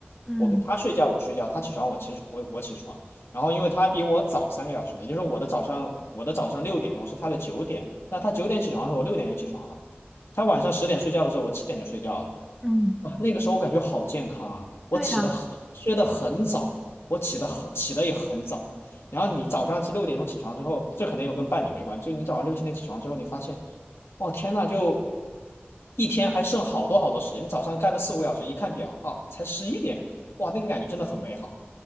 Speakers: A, in the centre; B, on the left (about 80°).
A: 嗯
B: 我跟他睡觉，我睡觉；他起床，我其实我我起床。然后因为他比我早三个小时嘛，也就是说我的早上我的早上六点钟是他的九点，那他九点起床的时候，我六点就起床了；他晚上十点睡觉的时候，我七点就睡觉了。
A: 嗯，
B: 啊，那个时候我感觉好健康啊！我起得很，
A: 对呀，
B: 睡得很早，我起得很，起得也很早。然后你早上七六点钟起床之后，这可能又跟伴侣没关系。就你早上六七点起床之后，你发现，哦天呐，就一天还剩好多好多时间。你早上干了四五个小时，一看表啊，才十一点，哇，那个感觉真的很美好。